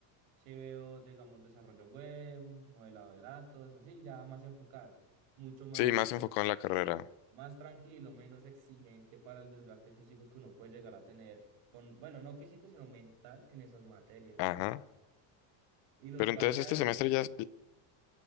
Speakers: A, on the right; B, on the left.
A: se veo, digamos, desarrollo web, modelado de datos, así, ya más enfocadas mucho más
B: Sí, más enfocado en la carrera.
A: más tranquilo, menos exigente para el desgaste físico que uno puede llegar a tener con, bueno, no físico, sino mental en esas materias.
B: Ajá.
A: Y los
B: Pero
A: parciales,
B: entonces este semestre ya, has-